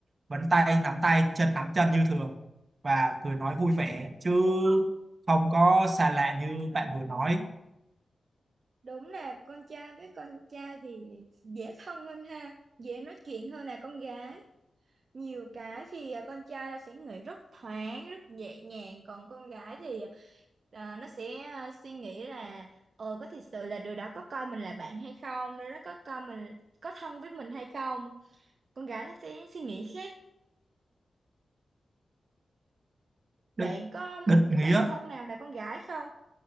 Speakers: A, on the right (about 50°); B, on the right (about 65°).
A: vẫn tay nắm tay chân nắm chân như thường và cười nói vui vẻ chứ không có xa lạ như bạn vừa nói
B: Đúng là con trai với con trai thì dễ thân hơn ha, dễ nói chuyện hơn là con gái. Nhiều cái thì à, con trai là sẽ nghĩ rất thoáng, rất nhẹ nhàng, còn con gái thì à, nó sẽ à, suy nghĩ là ờ có thật sự là đứa đó có coi mình là bạn hay không, đứa đó có coi mình có thân với mình hay không. Con gái nó sẽ suy nghĩ khác. Bạn
A: đứt
B: có
A: đứt
B: một đứa
A: nghĩa
B: bạn thân nào là con gái không?